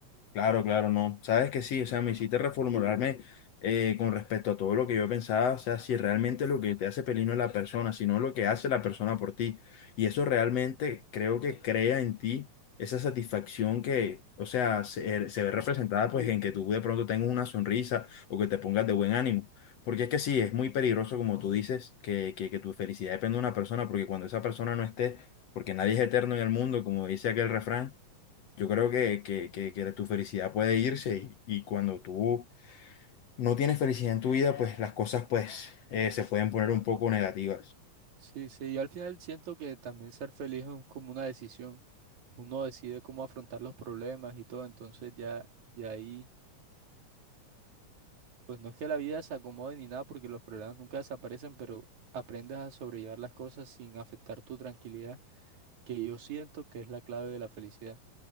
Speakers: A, on the left; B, on the right.
A: Claro, claro, no. Sabes que sí, o sea, me hiciste reformularme eh, con respecto a todo lo que yo pensaba, o sea, si realmente lo que te hace feliz no es la persona, sino lo que hace la persona por ti. Y eso realmente creo que crea en ti esa satisfacción que, o sea, se, se ve representada pues en que tú de pronto tengas una sonrisa o que te pongas de buen ánimo. Porque es que sí, es muy peligroso, como tú dices, que, que, que tu felicidad depende de una persona, porque cuando esa persona no esté, porque nadie es eterno en el mundo, como dice aquel refrán. Yo creo que, que, que, que tu felicidad puede irse y, y cuando tú no tienes felicidad en tu vida, pues las cosas pues eh, se pueden poner un poco negativas.
B: Sí, sí, yo al final siento que también ser feliz es un- como una decisión. Uno decide cómo afrontar los problemas y todo, entonces ya, ya ahí. Pues no es que la vida se acomode ni nada porque los problemas nunca desaparecen, pero aprendes a sobrellevar las cosas sin afectar tu tranquilidad, que yo siento que es la clave de la felicidad.